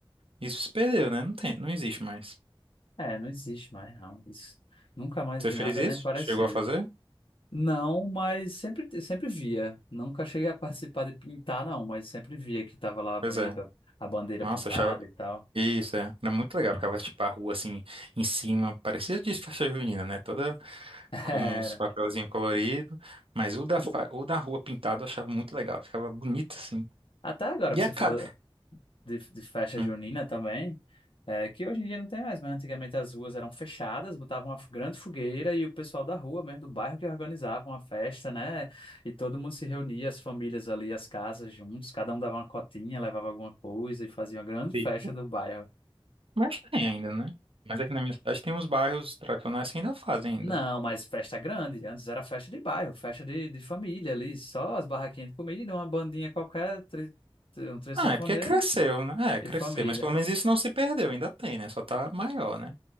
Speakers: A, on the right; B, on the left.
A: Isso se perdeu, né? Não tem, não existe mais.
B: É, não existe mais, não. Isso. Nunca mais
A: Você
B: vi
A: fez
B: nada
A: isso?
B: nem parecido.
A: Chegou a fazer?
B: Não, mas sempre, sempre via. Nunca cheguei a participar de pintar, não, mas sempre via que tava lá bonita
A: Pois é.
B: a bandeira
A: Nossa,
B: pintada
A: achava...
B: e tal.
A: Isso, é. Era muito legal, ficava, tipo, a rua, assim, em cima, parecia de festa junina, né? Toda
B: <laughs>
A: com os
B: Era.
A: papelzinhos coloridos, mas o da, fa- o da rua pintado eu achava muito legal, ficava bonito, assim.
B: Até agora
A: E
B: você
A: a cara...
B: falou, de, de festa
A: Hum.
B: junina também, é, que hoje em dia não tem mais, mas antigamente as ruas eram fechadas, botavam uma grande fogueira e o pessoal da rua, mesmo do bairro, que organizavam a festa, né? E todo mundo se reunia, as famílias ali, as casas juntos, cada um dava uma cotinha, levava alguma coisa e fazia uma grande
A: Sim.
B: festa do bairro.
A: Mas tem ainda, né? Mas aqui na minha cidade tem uns bairros tradicionais que ainda fazem ainda.
B: Não, mas festa grande. Antes era festa de bairro, festa de, de família ali, só as barraquinhas de comida, uma bandinha qualquer, tri- um trio
A: Ah,
B: sanfoneiro
A: é porque cresceu, né? É, cresceu.
B: e família.
A: Mas pelo menos isso não se perdeu, ainda tem, né? Só tá maior, né?